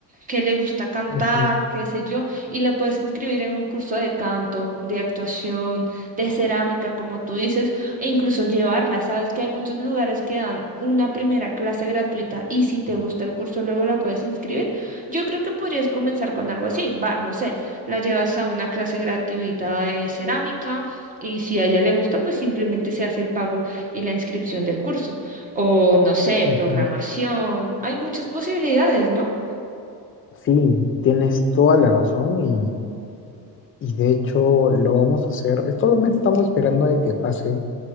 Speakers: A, on the right; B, on the left.
A: que le gusta cantar,
B: ujú,
A: qué sé yo, y le puedes inscribir en un curso de canto, de actuación, de cerámica, como tú dices e incluso llevarla. Sabes que hay muchos lugares que dan una primera clase gratuita y si te gusta el curso luego la puedes inscribir. Yo creo que podrías comenzar con algo así. Va, no sé, la llevas a una clase gratuita de cerámica y si a ella le gusta, pues simplemente se hace el pago y la inscripción del curso. O no sé,
B: ujú.
A: programación. Hay muchas posibilidades, ¿no?
B: Sí, tienes toda la razón y, y de hecho lo vamos a hacer. Solamente estamos esperando de que pase.